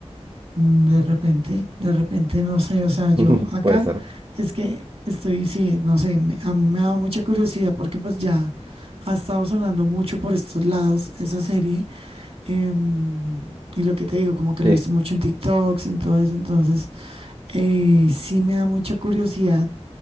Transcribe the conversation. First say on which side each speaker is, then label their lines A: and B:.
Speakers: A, on the right; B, on the right.
A: Mm, De repente, de repente, no sé, o sea,
B: <laughs>
A: yo acá
B: Puede ser.
A: es que estoy, sí, no sé, me- a mí me ha dado mucha curiosidad porque pues ya ha estado sonando mucho por estos lados esa serie. em, y lo que te digo, como que
B: Sí.
A: lo he visto mucho en TikToks, en todo eso, entonces eh, sí me da mucha curiosidad.